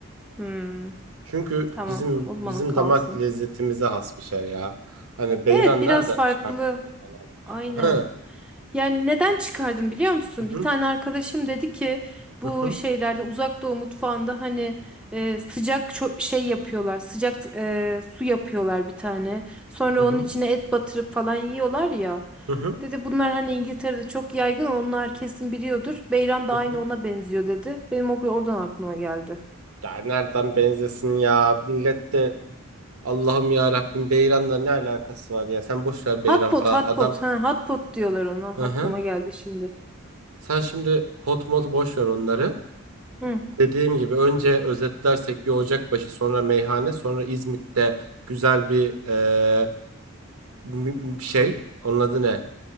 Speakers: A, in the centre; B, on the right (about 85°).
A: Hmm,
B: Çünkü
A: tamam.
B: bizim
A: O zaman
B: bizim
A: o kalsın.
B: damak lezzetimize has bir şey ya. Hani beyran
A: Evet biraz
B: nereden
A: farklı.
B: çıkarttın beyran Allah
A: Aynen.
B: aşkına? He.
A: Yani neden çıkardım biliyor musun?
B: Hı
A: Bir
B: hı
A: tane arkadaşım dedi ki bu
B: hı hı.
A: şeylerde Uzak Doğu mutfağında hani e, sıcak ço- şey yapıyorlar. Sıcak e, su yapıyorlar bir tane. Sonra
B: hı hı.
A: onun içine et batırıp falan yiyorlar ya.
B: Hı hı.
A: Dedi bunlar hani İngiltere'de çok yaygın onlar kesin biliyordur. Beyran da
B: Hı
A: aynı
B: hı.
A: ona benziyor dedi. Benim o oradan aklıma geldi.
B: Ya nereden benzesin ya? Millet de Allah'ım ya Rabbim Beyran'la ne alakası var ya? Sen boş ver Beyran
A: Hot pot,
B: falan
A: hot
B: adam.
A: pot. Ha, hot pot diyorlar ona. Aklıma
B: Hı hı.
A: geldi şimdi.
B: Sen şimdi pot mot boş ver onları.
A: Hı
B: Dediğim gibi önce özetlersek bir Ocakbaşı sonra meyhane sonra İzmit'te güzel bir eee, m- m- şey. Onun adı ne?